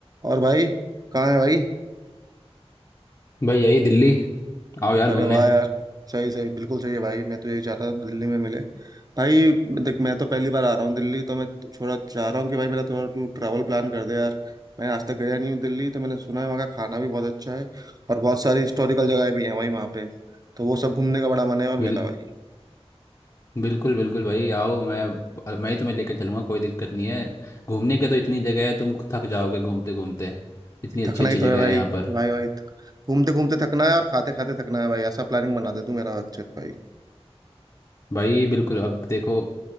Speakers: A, on the right; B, on the left.
A: और भाई कहाँ है भाई
B: भाई यही दिल्ली आओ यार
A: अरे
B: घूमने
A: वाह यार सही सही बिल्कुल सही है भाई मैं तो यही चाहता था दिल्ली में मिले भाई देख मैं तो पहली बार आ रहा हूँ दिल्ली तो मैं तो थोड़ा चाह रहा हूँ कि भाई मेरा थोड़ा तू ट्रैवल प्लान कर दे यार मैं आज तक गया नहीं हूँ दिल्ली तो मैंने सुना है वहाँ का खाना भी बहुत अच्छा है और बहुत सारी हिस्टोरिकल जगह भी है वहीं वहाँ पे तो वो सब घूमने का बड़ा मन है और मेरा
B: बिल,
A: भाई
B: बिल्कुल बिल्कुल भाई आओ मैं मैं ही तुम्हें लेकर चलूंगा कोई दिक्कत नहीं है घूमने के तो इतनी जगह है तुम थक जाओगे घूमते घूमते इतनी अच्छी
A: थकना
B: अच्छी
A: ही तो
B: जगह
A: है भाई
B: है यहाँ पर
A: भाई भाई घूमते घूमते थकना है और खाते खाते थकना है भाई ऐसा प्लानिंग बना दे तू मेरा अच्छे से भाई
B: भाई बिल्कुल अब देखो